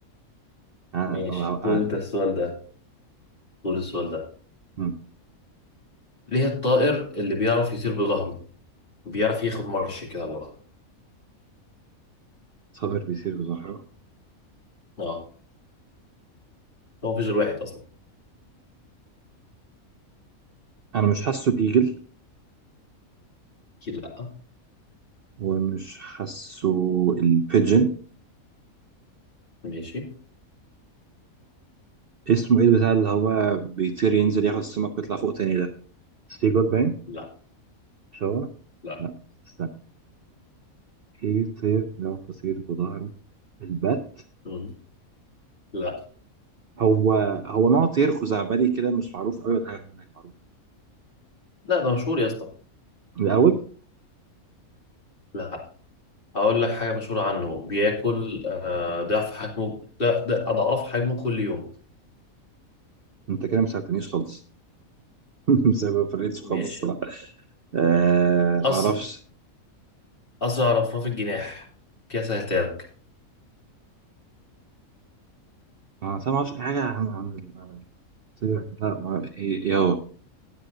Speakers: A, on the left (about 40°); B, on the right (about 55°).
A: <laughs>
B: انا
A: ماشي
B: و-
A: خد
B: آه.
A: انت السؤال ده خد السؤال ده
B: مم.
A: ليه الطائر اللي بيعرف يطير بظهره بيعرف ياخد مرش كده لورا
B: صابر بيصير بظهره
A: اه هو مفيش غير واحد اصلا
B: انا مش حاسه بيجل
A: اكيد لا
B: ومش حاسه البيجن
A: ماشي
B: اسمه ايه البتاع اللي هو بيطير ينزل ياخد السمك ويطلع فوق تاني ده سيجول باين
A: لا
B: مش هو
A: لا
B: لا استنى ايه طير بيعرف يطير بظهره البت
A: مم. لا
B: هو هو نوع طير خزعبلي كده مش معروف قوي ولا حاجه هناك معروفه
A: لا ده مشهور يا اسطى
B: الاول
A: لا اقول لك حاجه مشهوره عنه بياكل آه ضعف حجمه لا ده اضعاف حجمه كل يوم
B: انت كده ما ساعدتنيش خالص <laughs> مش ما فريتش خالص
A: ماشي
B: الصراحه آه
A: أس...
B: ما اعرفش
A: اسرع رفراف الجناح كده سهلتها لك
B: انا أصلاً ما اعرفش اي حاجه عن عن ال- عن السيره لا ما أعرف- ايه إيه هو